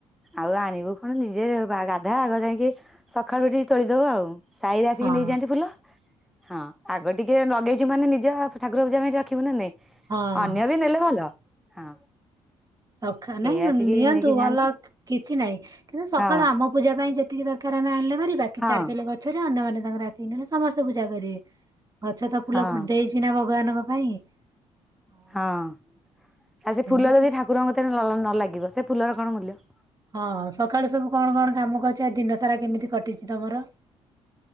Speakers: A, in the centre; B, on the right.
A: ଆଉ ଆଣିବୁ କଣ ନିଜେ ଗାଧା ଆଗ ଯାଇକି ସକାଳୁ ଉଠିକି ତୋଳିଦଉ ଆଉ। ସାଇରେ ଆସିକି
B: ହଁ
A: ନେଇଯାଆନ୍ତି ଫୁଲ ହଁ ଆଗ ଟିକେ ନଗେଇଚୁ ମାନେ ନିଜ ଠାକୁର ପୂଜା ପାଇଁ ରଖିବୁ ନା ନାଇଁ।
B: ହଁ।
A: ଅନ୍ୟ ବି ନେଲେ ଭଲ ହଁ।
B: ସଖା
A: ସେ
B: ନାଇଁ
A: ଆସିକି
B: ନିଅନ୍ତୁ
A: ନେଇକି
B: ଭଲ
A: ଯାଆନ୍ତି
B: କିଛି ନାଇଁ କିନ୍ତୁ ସକାଳୁ
A: ହଁ
B: ଆମ ପୂଜା ପାଇଁ ଯେତିକି ଦରକାର ଆମେ ଆଣିଲେ ଆରି ବାକି
A: ହଁ
B: ଛାଡିଦେଲେ ଗଛରେ ଅନ୍ୟମାନେ ତାଙ୍କର ଆସି ନେଲେ ସମସ୍ତେ ପୂଜା କରିବେ। ଗଛ ତ ଫୁଲ
A: ହଁ
B: ଫୁ ଦେଇଚି ନା ଭଗବାନଙ୍କ ପାଇଁ। ଆଉ
A: ହଁ ଆଉ ସେ
B: ଏମିତି
A: ଫୁଲ
B: ପୂଜା
A: ଯଦି ଠାକୁରଙ୍କ କତିରେ ଲ ନ ଲାଗିବ ସେ ଫୁଲର କଣ ମୁଲ୍ୟ।
B: ହଁ ସକାଳୁ ସବୁ କଣ କଣ କାମ କରିଚ ଆଜି ଦିନ ସାରା କେମିତି କଟିଚି ତମର।